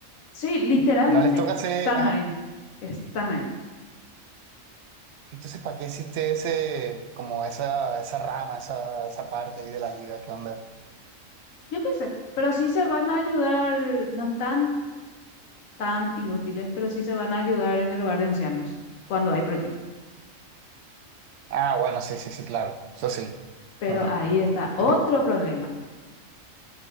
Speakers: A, on the left (about 80°); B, on the right (about 65°).
A: Sí, literalmente
B: No les toca hacer,
A: están
B: ajá.
A: ahí, están ahí.
B: Entonces, ¿para qué existe ese, como esa, esa rama, esa, esa parte ahí de la liga? ¿Qué onda?
A: Yo qué sé, pero sí se van a ayudar, no están tan inútiles, pero sí se van a ayudar en el hogar de ancianos cuando hay proyectos.
B: Ah, bueno, sí, sí, sí, claro. Eso sí.
A: Pero
B: Ujú.
A: ahí está otro
B: ¿Y
A: problema.